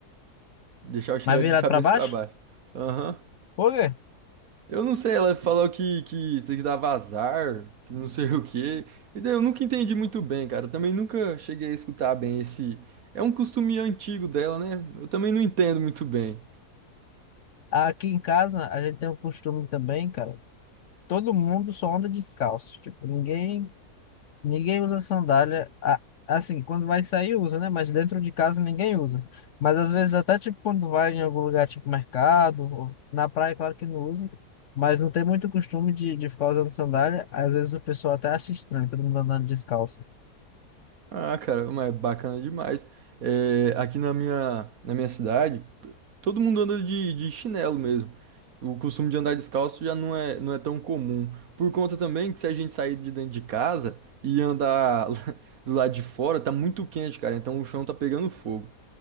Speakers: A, on the right (about 65°); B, on the left (about 65°).
A: deixar o chinelo
B: Mas virado
A: de <laughs> cabeça
B: para baixo?
A: pra baixo. Aham.
B: Por quê?
A: Eu não sei, ela falou que, que tem que dar vazar, que não sei <laughs> o quê. E daí eu nunca entendi muito bem, cara. Eu Também nunca cheguei a escutar bem esse. É um costume antigo dela, né? Eu também não entendo muito bem.
B: Aqui em casa a gente tem um costume também, cara. Todo mundo só anda descalço. Tipo, ninguém Ninguém usa sandália. a- Assim, quando vai sair, usa, né? Mas dentro de casa ninguém usa. Mas às vezes, até tipo quando vai em algum lugar, tipo mercado, ou na praia, claro que não usa. Mas não tem muito costume de, de ficar usando sandália. Às vezes o pessoal até acha estranho, todo mundo andando descalço.
A: Ah, cara, mas é bacana demais. É, aqui na minha, na minha cidade, todo mundo anda de, de chinelo mesmo. O costume de andar descalço já não é, não é tão comum. Por conta também que se a gente sair de dentro de casa e andar <laughs> lá- do lado de fora, tá muito quente, cara. Então o chão tá pegando fogo.